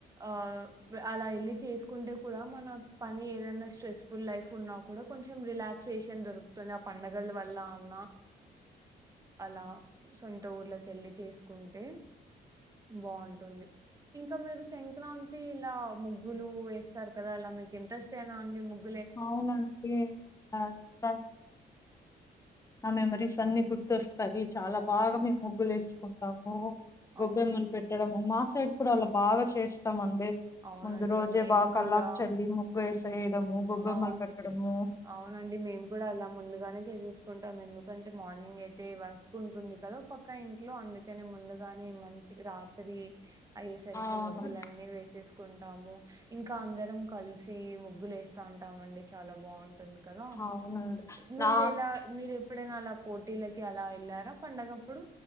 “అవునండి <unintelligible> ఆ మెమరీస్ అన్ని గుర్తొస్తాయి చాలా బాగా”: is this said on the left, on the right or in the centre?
Left